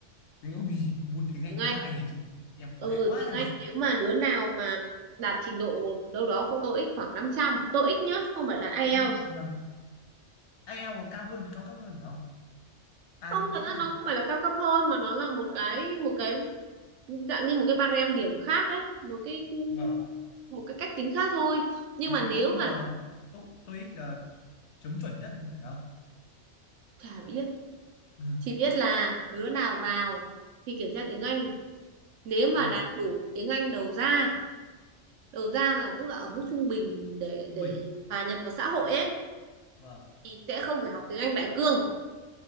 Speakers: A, on the left (about 70°); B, on the right (about 75°).
A: tiếng ui môn tiếng Anh
B: tiếng Anh
A: khoai nhỉ chị em
B: ừ
A: khoai quá
B: tiếng Anh nếu mà đứa nào mà đạt trình độ đâu đó của TOEIC khoảng 500 TOEIC nhá không phải là IELTS
A: Đấy, vâng. IELTS cao hơn cao cấp hơn phải không à
B: không thật
A: thấp
B: ra
A: hơn
B: nó không phải là cao cấp hơn mà nó là một cái một cái dạng như một cái barem điểm khác ấy một cái
A: vâng
B: một cái cách tính khác thôi nhưng
A: chính
B: mà
A: xác
B: nếu
A: nhưng mà
B: mà
A: tô- TOEIC là chấm chuẩn nhất phải không
B: chả biết
A: ừ,
B: chỉ biết là đứa nào vào thì kiểm tra tiếng Anh nếu mà
A: ừ,
B: đạt đủ tiếng Anh đầu ra đầu ra là tức là ở mức trung bình để
A: trung
B: để
A: bình
B: hòa nhập vào xã hội ấy
A: vâng
B: thì sẽ không phải học tiếng Anh đại cương